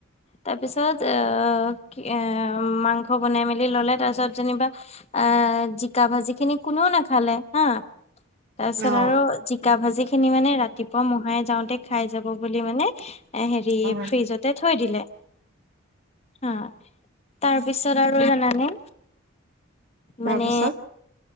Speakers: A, on the left; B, on the right.
A: তাৰ পিছত আহ এ মাংস বনাই মেলি ললে তাৰ পিছত যেনিবা। আহ জিকা ভাজি খিনি কোনেও নাখালে হা। তাৰপিছত
B: অ
A: আৰু জিকা ভাজি খিনি মানে ৰাতিপুৱা মহাই যাওঁতে খাই যাব বুলি মানে। হেৰি
B: অ
A: ফ্ৰিজতে থৈ দিলে। হা তাৰ পিছত আৰু জানানে
B: তাৰপিছত
A: মানে